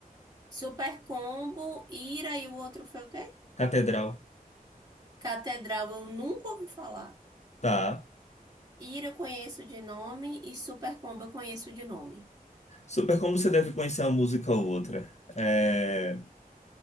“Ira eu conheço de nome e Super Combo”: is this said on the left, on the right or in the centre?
Right